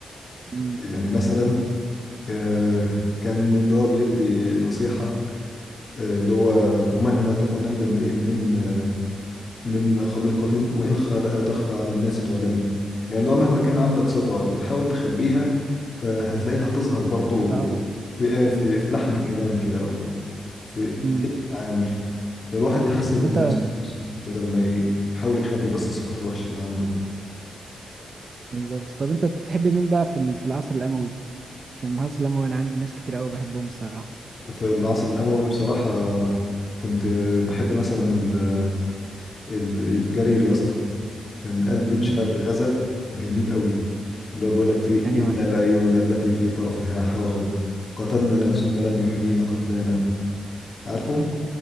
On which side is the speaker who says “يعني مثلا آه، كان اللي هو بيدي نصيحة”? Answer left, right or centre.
Left